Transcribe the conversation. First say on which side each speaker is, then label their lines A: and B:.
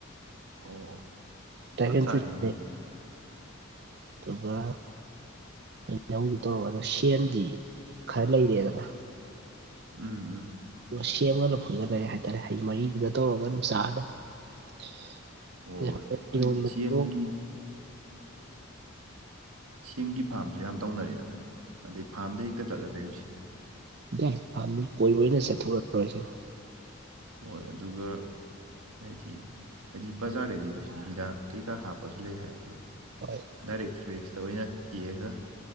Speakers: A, on the right (about 90°); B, on the right (about 50°).
A: ꯑꯣ
B: ꯗ꯭ꯔꯒꯟ
A: ꯆꯞ ꯆꯥꯔꯦꯅꯦ
B: ꯐꯔꯨꯠꯅꯦ꯫
A: ꯑꯗꯨꯗꯤ
B: ꯑꯗꯨꯒ ꯍꯩꯅꯧꯗꯣ ꯁꯦꯝꯗꯤ ꯈꯔ ꯂꯩꯔꯦꯗꯅ꯫
A: ꯎꯝ ꯎꯝ꯫
B: ꯁꯦꯝꯒ ꯂꯐꯣꯏꯒ ꯍꯥꯏꯇꯥꯔꯦ ꯍꯩ ꯃꯔꯤꯗꯨꯗ ꯇꯧꯔꯒ ꯑꯗꯨꯝ ꯆꯥꯔꯅ <unintelligible>
A: ꯍꯣꯏ ꯍꯧꯖꯤꯛꯇꯤ ꯁꯦꯝꯒꯤ ꯁꯤꯡꯒꯤ ꯐꯥꯔꯝꯁꯨ ꯌꯥꯝ ꯇꯧꯅꯔꯦꯗꯅ ꯑꯗꯩ ꯐꯥꯔꯝꯗ ꯍꯦꯛꯇ ꯆꯠꯂ ꯂꯩꯔꯨꯁꯦ꯫
B: ꯌꯥꯏ ꯄꯥꯝꯃꯤ ꯀꯣꯏꯕꯣꯏꯅ ꯁꯥꯠꯊꯣꯔꯛꯇꯣꯏꯁꯤꯗꯤ
A: ꯍꯣꯏ ꯑꯗꯨꯒ꯫ ꯍꯥꯏꯗꯤ ꯍꯥꯏꯗꯤ ꯕꯖꯥꯔꯗ ꯂꯩꯕꯁꯤꯗꯤ ꯍꯤꯗꯥꯛ ꯀꯩꯀꯥ ꯍꯥꯞꯄꯁꯨ ꯂꯩ ꯍꯥꯏ ꯑꯗꯣ
B: ꯍꯣꯏ꯫
A: ꯗꯥꯏꯔꯦꯛ ꯐꯔꯦꯖ ꯇꯧꯑꯦꯅ ꯍꯦꯛꯑꯒ